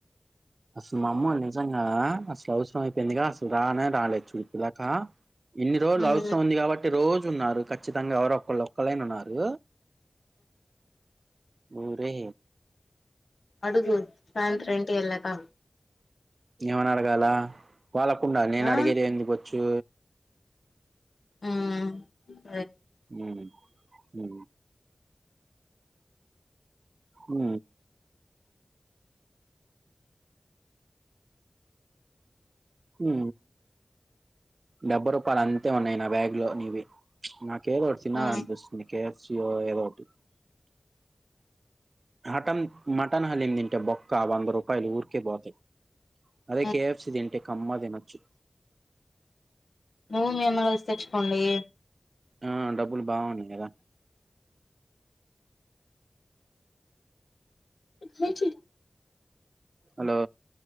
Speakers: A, on the right; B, on the left.
A: అసలు మా అమ్మ నిజంగా అసలు అవసరం అయిపోయిందిగా, అసలు రానే రాలే చు ఇప్పుడిదాకా. ఇన్ని రోజులు
B: మ్మ్
A: అవసరం ఉంది కాబట్టి రో ఉన్నారు ఖచ్చితంగా ఎవరు ఒకళ్ళు ఒక్కళ్ళైన ఉన్నారు ఊరే
B: అడుగు సాయంత్రెంటి ఎల్లాకా
A: ఏమని అడగాల వాళ్ళకుండా నేను
B: ఆ
A: అడిగేది ఏంది బొచ్చు
B: ఉ
A: ఉ ఉ ఉ ఉ డెబ్బయి రూపాయలు అంతే ఉన్నాయి నా బ్యాగ్ లో నీవి నా కేదో ఒకటి తినాలనిపిస్తుంది
B: మ్మ్
A: కేఎఫసి ఏదో ఒకటి హటం మటన్ హల్లీని తింటే బొక్కా వంద రూపాయలు ఊరికే పోతాయి అదే
B: మ్మ్
A: కేఎఫ్సి తింటే కమ్మగా తినచ్చు
B: నువ్వు మీ అమ్మ కలిసి తెచ్చకోండి
A: ఆ డబ్బులు బాగున్నాయి కదా
B: ఏ
A: హలో